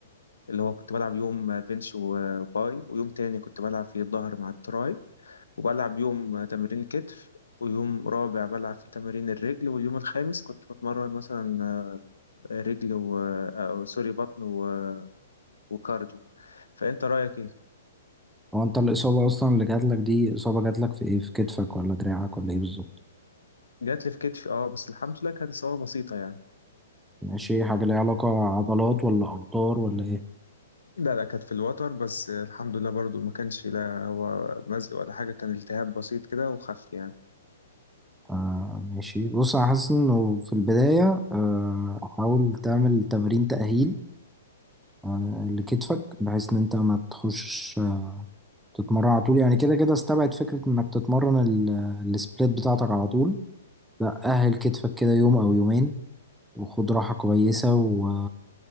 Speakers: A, on the left (about 75°); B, in the centre.
A: اللي هو كنت بلعب يوم بنش وباي ويوم تاني كنت بلعب فيه الظهر مع التراي وبلعب يوم تمرين كتف ويوم رابع بلعب في تمارين الرجل واليوم الخامس كنت بتمرن مثلا رجل و أو سوري بطن و... وكارديو فأنت رأيك إيه؟
B: هو انت الإصابة أصلا اللي جاتلك دي إصابة جاتلك في إيه؟ في كتفك ولا دراعك ولا إيه بالظبط؟
A: جات لي في كتفي اه بس الحمد لله كانت إصابة بسيطة يعني
B: ماشي حاجة ليها علاقة عضلات ولا أوتار ولا إيه؟
A: لا لا كانت في الوتر بس الحمد لله برضو ما كانش لا هو مزق ولا حاجة كان التهاب بسيط كده وخف يعني
B: آه ماشي بص أنا حاسس إنه في البداية آه حاول تعمل تمارين تأهيل آه لكتفك بحيث إن أنت ما تخشش آه، تتمرن على طول يعني كده كده استبعد فكرة إنك تتمرن ال- السبليت بتاعتك على طول لا أهل كتفك كده يوم أو يومين وخد راحة كويسة و...